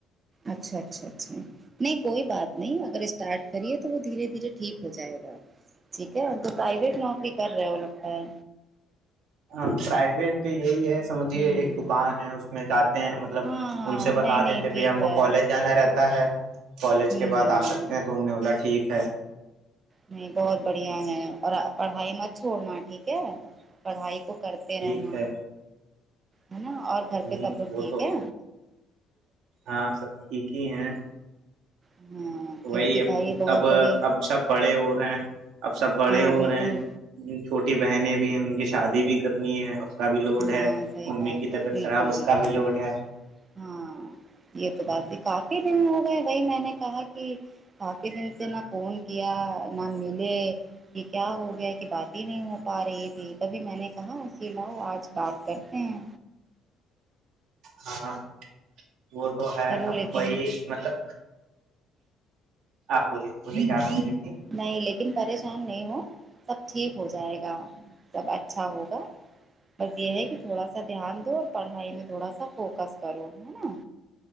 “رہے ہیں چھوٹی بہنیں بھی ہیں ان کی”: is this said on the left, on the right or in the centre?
Right